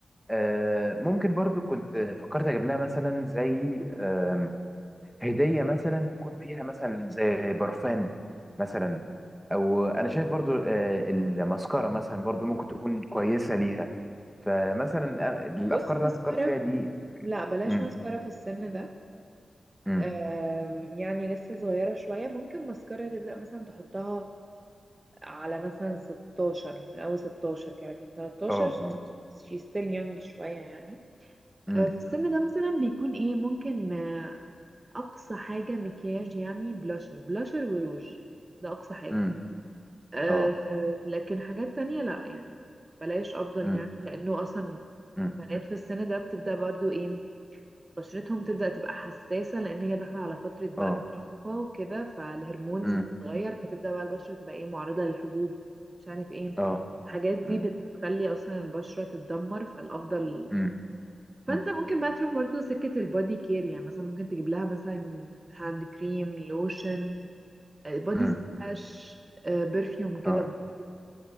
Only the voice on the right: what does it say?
بص ماسكارا
لا بلاش
ماسكارا في السن ده
آم، يعني لسه صغيرة شوية ممكن ماسكارا تبدأ مثلا تحطها على مثلا 16 من اول 16 كده لكن 13
she still young شوية يعني
آه، في السن ده مثلا بيكون ايه ممكن آه، اقصى حاجة مكياج يعني بلاشر بلاشر وروج ده اقصى حاجة
آه،
لكن حاجات تانية لا يعني بلاش افضل
يعني لانه اصلا
بنات في السن ده بتبدأ برضو ايه بشرتهم تبدأ تبقى حساسة لأن هي داخلة على فترة بقى
المراهقة وكده فالهرمونز
بتتغير فتبدأ بقى البشرة تبقى ايه معرضة للحبوب مش عارف ايه
الحاجات دي
بتخلي أصلا البشرة تتدمر فالأفضل
فأنت
ممكن بقى تروح برضه سكة البادي كير يعني مثلا ممكن تجيب لها مثلا هاند كريم لوشن آه، بادي
سبلاش برفيوم كده
بسيط